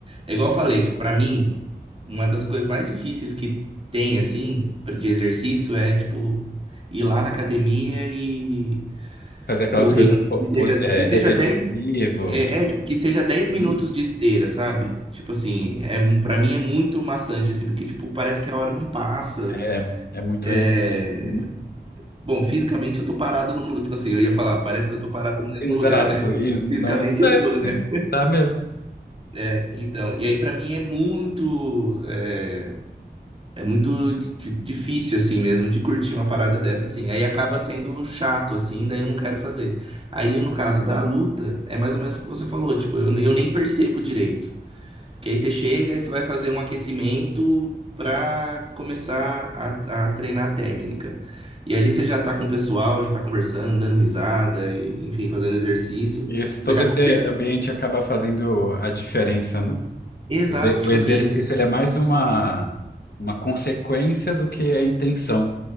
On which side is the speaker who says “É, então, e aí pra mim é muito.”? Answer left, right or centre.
Right